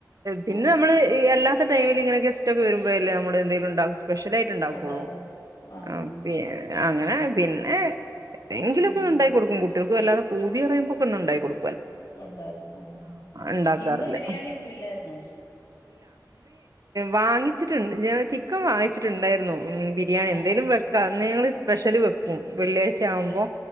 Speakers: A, on the right; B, on the left.
A: പിന്നെ
B: ആ
A: നമ്മള് അല്ലാത്ത ടൈമില് ഇങ്ങനെ ഗസ്റ്റൊക്കെ വരു മ്പഴല്ലേ നമ്മളെന്തേലും ഇണ്ടാവു സ് സ്പെഷ്യലായിട്ട് ഇണ്ടാക്കുള്ളൂ.
B: ഉണ്ടാക്കും
A: ആ
B: ഹാ ഹാ
A: പി ങ്ങനെ പിന്നെ എങ്കിലൊക്കെ
B: ആ ഹാ
A: ഇണ്ടാക്കി കൊടുക്കും കുട്ട്യൾക്ക് അല്ലാതെ പൂതി പറയുമ്പൊക്കെ ഒന്നുണ്ടാക്കി കൊടു
B: ഉണ്ടാക്കു മ്മ് മ്മ്.
A: ഉണ്ടാക്കാറില്ല
B: ഇന്ന് ബിരിയാണി ഒന്നും ഇല്ലായിരുന്നോ?
A: വാങ്ങിച്ചിട്ട്ണ്ട്. ഞാൻ ചിക്കൻ വാങ്ങിച്ചിട്ട്ണ്ടായിരുന്നു. ഉം ബിരിയാണി
B: ആ
A: എന്തേലും
B: ഹാ
A: വെക്കാ ന്ന് ഞങ്ങള് ചി വെക്കും വെള്ള്യാഴ്ച ആവുമ്പോ,
B: വെ